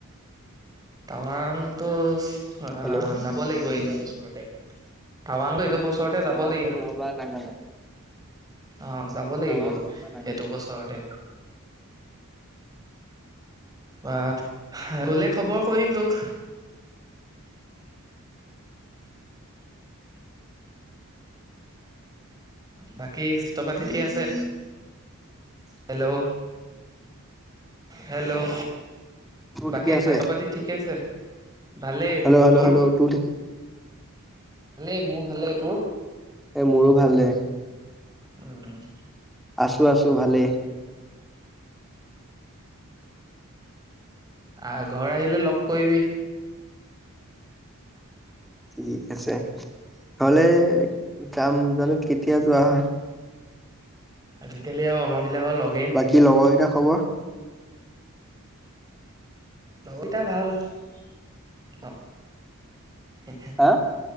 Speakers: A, on the right; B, in the centre.
A: টাৱাংটো যাব
B: হেল্ল'
A: যাব লাগিব এইটো বছৰতে টাৱাংটো এইটো বছৰত- তে
B: টাৱাং
A: যাব লাগিব
B: নহবা নাগালেণ্ড
A: অঁ যাব লাগিব
B: টাৱাং নহবা নাগালেণ্ড
A: সেইটো বছৰতে বা গলে খবৰ কৰিম তোক। বাকী চাহস্থা পাতি ঠিকে আছে হেল্লৌ? হেল্লৌ!
B: তোৰ
A: বাকী
B: ঠিকে আছে
A: স্বাস্থ্য পাতি ঠিকে আছে ভালেই
B: হেল্ল' হেল্ল'
A: তোৰ?
B: হেল্ল' ঠিক
A: ভালেই মোৰ ভালেই তোৰ?
B: এই মোৰো ভাল দে।
A: উমঁ উমঁ।
B: আছোঁ আছোঁ ভালেই।
A: আ ঘৰ আহিলে লগক কৰিবি।
B: ঠিক আছে ঘৰলে যাম জানো কেতিয়া যোৱা হয়।
A: আজিকালি আও আমাবিলাকৰ লগ-
B: বাকী লগৰকেইটা খবৰ?
A: লগৰ কেইটা ভাল অহ হহ
B: হা